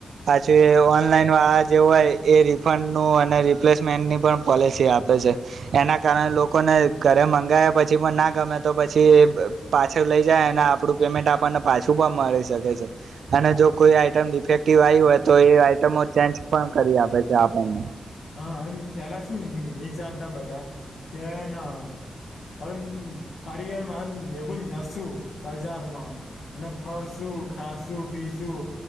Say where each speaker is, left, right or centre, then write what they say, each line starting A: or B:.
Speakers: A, on the right; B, on the left.
A: પછી ઓનલાઈન વાળા જે હોય એ રિફંડનું અને રિપ્લેસમેન્ટની પણ પોલિસી આપે છે એના કારણે લોકોને ઘરે મંગાવયા પછી પણ ના ગમે તો પછી એ પાછળ લઈ જાય અને આપડું પેમેન્ટ આપણને પાછું પણ મળી શકે છે અને જો કોઈ આઈટમ ડિફેક્ટિવ આવી હોય તો એ આઈટમો ચેન્જ પણ કરી આપે છે આપણને
B: હા અને પેલા શું વિચારતા બધા કે ના હવે પરિવાર મા ભેગું નશું બજારમાં અને ફરસું ખાશું પીસું